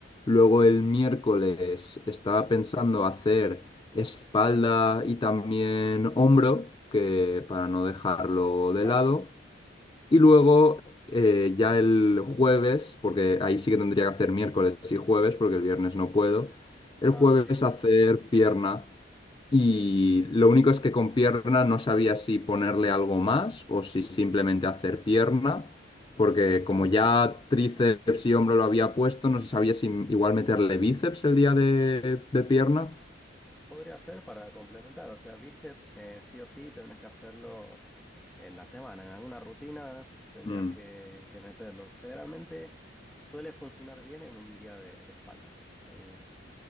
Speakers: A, on the left (about 25°); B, in the centre.
A: Luego el miércoles estaba pensando hacer espalda y también hombro, que para no dejarlo de
B: claro.
A: lado. Y luego eh, ya el jueves, porque ahí sí que tendría que hacer miércoles y jueves, porque el viernes no puedo. El
B: Ah,
A: jueves
B: sí.
A: hacer pierna.
B: Sí, sí.
A: Y lo único es que con pierna no sabía si ponerle algo más o si simplemente hacer pierna. Porque como ya tríceps y hombro lo había puesto, no se sabía si igual meterle bíceps el día de, de pierna.
B: Podría ser para complementar, o sea, bíceps eh, sí o sí tendrás que hacerlo en la semana, en alguna rutina tendrías
A: Mm,
B: que, que meterlo. Generalmente suele funcionar bien en un día de, de espalda. Eh,